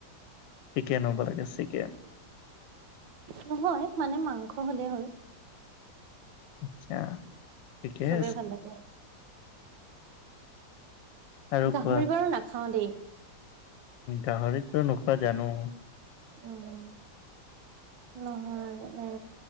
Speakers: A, on the left; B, on the right.
A: চিকেন হ'ব লাগে চিকেন।
B: নহয় মানে মাংস হ'লেই হ'ল।
A: আচ্ছা। ঠিকে
B: চবেই
A: আছে
B: ভাল লাগে।
A: আৰু
B: গাহৰি
A: কোৱা?
B: বাৰু নাখাও দেই।
A: গাহৰিতো নোখোৱা জানো।
B: উম, নহয় এ